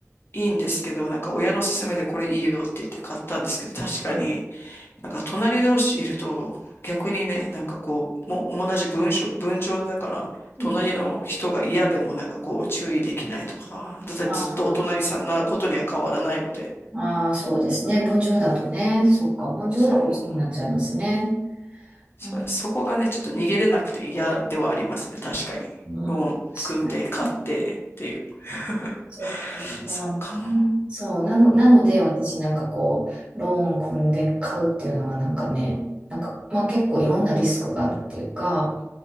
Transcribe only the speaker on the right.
うん。
うん
あーあー、そうですね。分譲だとね。そっか。分譲だとそうなっちゃいますね。
うん。
うん。
確かに。
そう、まあね。
そう、なの、なので私なんかこう、ローン組んで買うっていうのがなんかね、なんか、まあ結構いろんなリスクがあるっていうか、